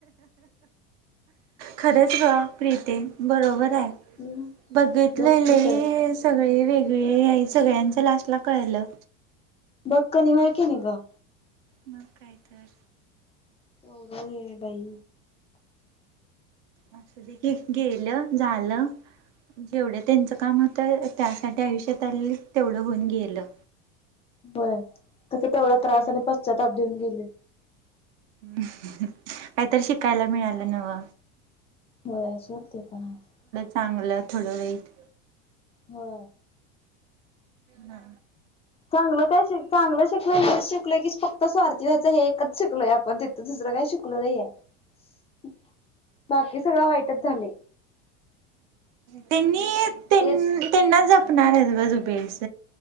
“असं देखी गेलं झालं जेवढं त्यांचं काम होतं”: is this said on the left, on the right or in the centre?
Right